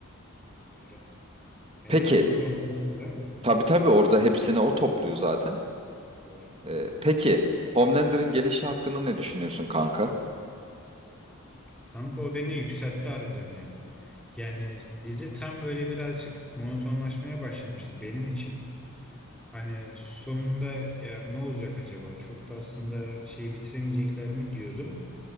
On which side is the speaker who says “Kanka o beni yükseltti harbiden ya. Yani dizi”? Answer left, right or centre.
Centre